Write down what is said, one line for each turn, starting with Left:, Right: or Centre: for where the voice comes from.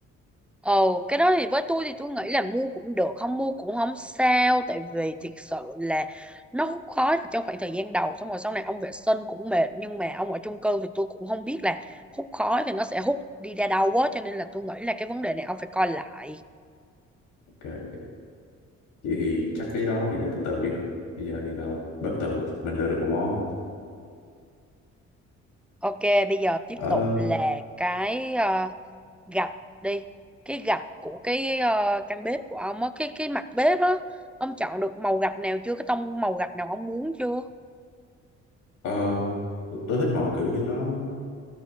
Centre: Ồ, cái đó thì với tôi thì tôi nghĩ là mua cũng được, không mua cũng không sao, tại vì thiệt sự là nó hút khói trong khoảng thời gian đầu, xong rồi sau này ông vệ sinh cũng mệt, nhưng mà ông ở chung cư thì tôi cũng không biết là hút khói thì nó sẽ hút đi ra đâu quá, cho nên là tôi nghĩ là cái vấn đề này ông phải coi lại.
Left: Ok. ok. Vậy thì chắc cái đó thì để từ từ đi ha. Bây giờ thì tao bếp tự mình lựa được một món rồi.
Centre: Ok, bây giờ tiếp
Left: Ờ,
Centre: tục là cái ờ, gạch đi, cái gạch của cái ờ, căn bếp của ông á, cái cái mặt bếp á, ông chọn được màu gạch nào chưa, cái tông màu gạch nào ông muốn chưa?
Left: ờ, tôi tôi thích màu kiểu như nó